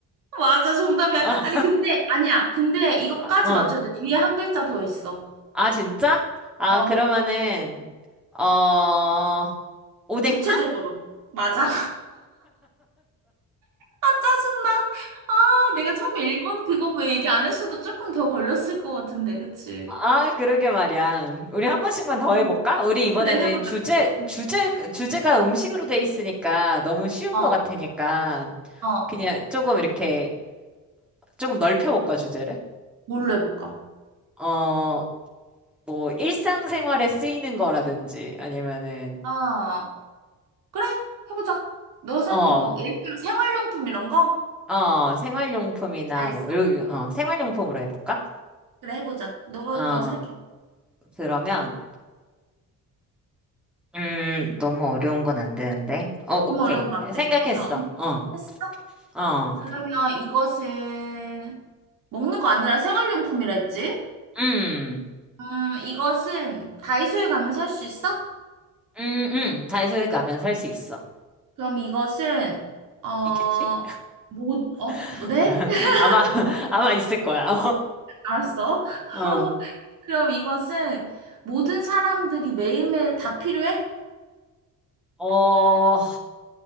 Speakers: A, on the right (about 70°); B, in the centre.
A: 맞아, 정답이야.
B: 아,
A: 아니, 근데, 아니야. 근데 이거까지
B: 아, 어.
A: 맞춰야 돼. 뒤에 한 글자 더 있어.
B: 아, 진짜? 아,
A: 어,
B: 그러면은, 어, 오뎅탕?
A: 구체적으로. 맞아. 아, 짜증나. 아, 내가 처음에 일본 그거 뭐 얘기 안 했어도 조금 더 걸렸을 것 같은데, 그치?
B: 아, 그러게 말이야. 우리 한 번씩만 더
A: 음,
B: 해볼까? 우리 이번에는
A: 그래, 해보자.
B: 주제,
A: 응.
B: 주제, 주제가 음식으로 돼 있으니까 너무 쉬운
A: 어,
B: 것 같으니까
A: 어,
B: 그냥 조금 이렇게 조금 넓혀볼까, 주제를?
A: 뭘로 해볼까?
B: 어, 뭐, 일상생활에 쓰이는 거라든지, 아니면은,
A: 아, 그래, 해보자. 너 생각해봐.
B: 어,
A: 예를 들어 생활용품 이런 거?
B: 어, 생활용품이나
A: 알겠어.
B: 뭐, 이런- 어, 생활용품으로 해볼까?
A: 그래, 해보자. 너가,
B: 어,
A: 너 생각해.
B: 그러면, 음, 너무 어려운 건 안 되는데. 어,
A: 너무
B: 오케이.
A: 어려운 거 안 돼.
B: 생각했어.
A: 어,
B: 어,
A: 했어?
B: 어,
A: 그러면 이것은 먹는 거 아니라 생활용품이라 했지?
B: 음,
A: 음, 이것은 다이소에 가면 살 수 있어?
B: 음, 음, 다이소에 가면 살 수 있어.
A: 그럼 이것은 어,
B: 있겠지?
A: 모, 어,
B: <laughs>
A: 뭐, 네? <laughs>
B: 아마, <laughs> 아마 있을 거야. <laughs>
A: 알았어. <laughs>
B: 어,
A: 그럼 이것은 모든 사람들이 매일매일 다 필요해?
B: 어,